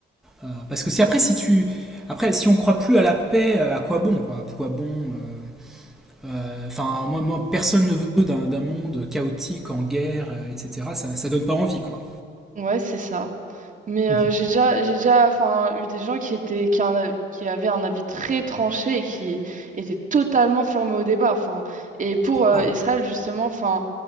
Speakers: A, in the centre; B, on the right (about 40°).
A: euh, euh, parce que si après, si tu, après, si on croit plus à la paix, euh, à quoi bon, quoi, à quoi bon euh, euh, Enfin, moi, moi, personne ne veut d'un d'un monde chaotique, en guerre, euh, etc. Ça, ça donne pas envie, quoi.
B: Ouais, c'est ça. Mais
A: <laughs>
B: euh, j'ai déjà j'ai déjà enfin eu des gens qui étaient qui, en av- qui avaient un avis très tranché et qui étaient totalement fermés au débat. Enfin et pour euh,
A: Ah,
B: Israël justement, enfin